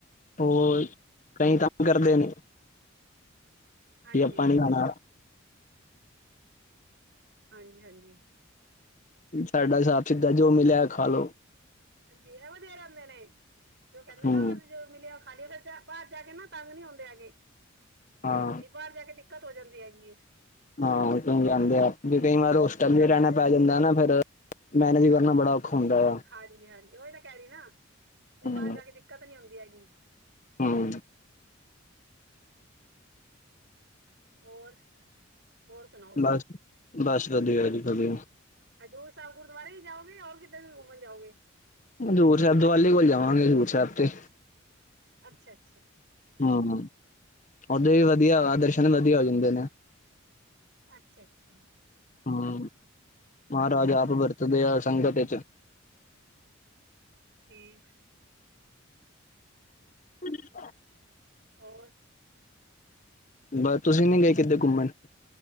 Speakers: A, on the left; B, on the right.
A: ਹੋਰ ਕਈ ਤੰਗ ਕਰਦੇ ਨੇ।
B: ਹਾਂਜੀ
A: ਕਿ ਆਪਾਂ ਨਹੀ ਖਾਨਾ।
B: ਹਾਂਜੀ ਹਾਂਜੀ।
A: ਸਾਡਾ ਸਾਬ ਸਿੱਧਾ ਜੋ ਮਿਲਿਆ ਖਾਲੋ।
B: ਹਾਂਜੀ ਐਹ ਵਧੀਆ ਰਹਿੰਦੇ ਨੇ ਜੋ ਕਹਿੰਦੇ
A: ਹੂੰ
B: ਨਾ <unintelligible> ਮਿਲਿਆ ਖਾਲੀਏ ਫਿਰ ਬਾਹਰ ਜਾ ਕੇ ਨਾ ਤੰਗ ਨੀ ਹੁੰਦੇ ਹੈਗੇ
A: ਹਾਂ
B: ਬਾਹਰ ਜਾ ਕੇ ਦਿਕ ਦਿੱਕਤ ਹੋ ਜਾਂਦੀ ਹੈਗੀ ਏ।
A: ਹਾਂ <unintelligible> ਜਾਂਦੇ ਆ ਵੀ ਕਈ ਵਾਰ ਹੋਸਟਲ ਵੀ ਰਹਿਣਾ ਪੈ ਜਾਂਦੈ ਨਾ ਫਿਰ ਮੈਨੇਜ ਵੀ ਕਰਨਾ ਬੜਾ ਔਖਾ ਹੁੰਦਾ ਆ।
B: ਹਾਂਜੀ ਹਾਂਜੀ, ਉਹੀ ਤਾਂ ਕਹਿ ਰਹੀ ਨਾ ਤੇ
A: ਹੂੰ
B: ਬਾਹਰ ਜਾ ਕੇ ਦਿੱਕਤ ਨੀ ਹੁੰਦੀ ਹੈਗੀ।
A: ਹੂੰ।
B: ਹੋਰ, ਹੋਰ ਸੁਣਾਓ।
A: ਬਸ-ਬਸ ਵਧੀਆ ਜੀ ਵਧੀਆ।
B: ਹਜ਼ੂਰ ਸਾਹਿਬ ਗੁਰਦੁਆਰੇ ਹੀ ਜਾਓਗੇ ਔਰ ਕਿਧਰ ਵੀ ਘੁੰਮਣ ਜਾਓਗੇ।
A: ਹਜ਼ੂਰ ਸਾਹਿਬ ਦਿਵਾਲੀ ਕੋਲ ਜਾਵਾਂਗੇ। ਹਜ਼ੂਰ ਸਾਹਿਬ ਤੇ
B: ਅੱਛਾ-ਅੱਛਾ।
A: ਹੂੰ ਉਦੇ ਵੀ ਵਧੀਆ। ਦਰਸ਼ਨ ਵਧੀਆ ਹੋ ਜਾਂਦੇ ਨੇ।
B: ਅੱਛਾ- ਅੱਛਾ।
A: ਹੂੰ ਮਹਾਰਾਜ ਆਪ ਵਰਤਦੇ ਆ ਸੰਗਤ ਚ।
B: ਠੀਕ।
A: <inaudible>
B: ਹੋਰ।
A: ਬਸ ਤੁਸੀਂ ਨੀ ਗਏ ਕਿੱਦੇ ਘੁੰਮਣ।